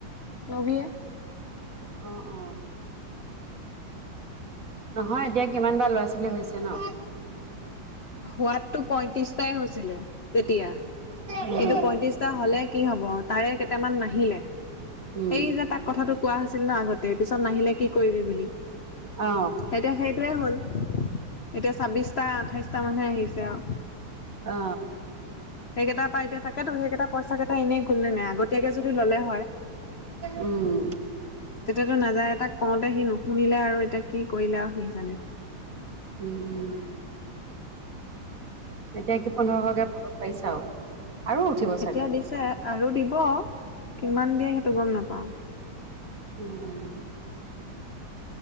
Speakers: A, on the left (about 70°); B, on the right (about 40°).
A: নবিয়ে।
B: অ অ নহয় এতিয়া কিমান বাৰ ল'ৰা ছোৱালী হৈছে ন!
A: হোৱাতটো পইয়ত্ৰিশটাই হৈছিলে তেতিয়া
B: উম
A: কিন্তু পইয়ত্ৰিশটা হ'লে কি হ'ব তাৰে কেইটামান নাহিলে
B: উম
A: সেই যে তাক কথাটো কোৱা হৈছিল ন আগতে পিছত নাহিলে কি কৰিবি বুলি।
B: অ
A: এতিয়া সেইটোয়ে হ'ল এতিয়া ছাব্বিশটা আঠাইশটা মানহে আহিছে আৰু।
B: অ
A: একেইটা পাই এতিয়া তাকেতো সেইকেইটা পইচাকেইটা এনেই গ'ল নে নাই আগত -তীয়াকে যদি ল'লে হয়।
B: উম
A: তেতিয়াতো নাযায় এ তাক কওঁতে সি নুশুনিলে আৰু এতিয়া কি কৰিলে আৰু সি হে জানে।
B: উম উম এতিয়া কি পোন্ধৰশকে ভাগত পাইছা আৰু উঠিব চাগৈ।
A: এতিয়া দিছে আৰু দিব কিমান দিয়ে সেইটো গম নাপাও।
B: উম উম